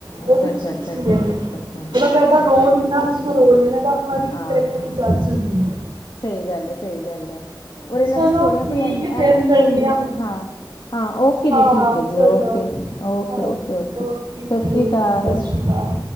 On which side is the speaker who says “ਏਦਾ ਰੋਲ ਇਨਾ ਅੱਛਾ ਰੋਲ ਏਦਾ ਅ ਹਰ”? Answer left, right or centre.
Right